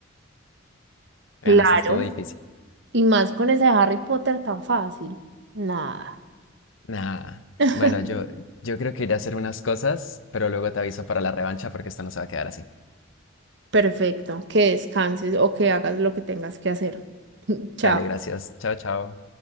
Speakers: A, on the right; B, on the left.
A: Claro.
B: Me ganaste, estuvo difícil.
A: Y más con ese Harry Potter tan fácil. Nada.
B: Nah.
A: <laughs>
B: Bueno, yo, yo creo que iré a hacer unas cosas, pero luego te aviso para la revancha porque esto no se va a quedar así.
A: Perfecto. Que descanses o que hagas lo que tengas que hacer. <laughs> Chao.
B: Dale, gracias. Chao, chao.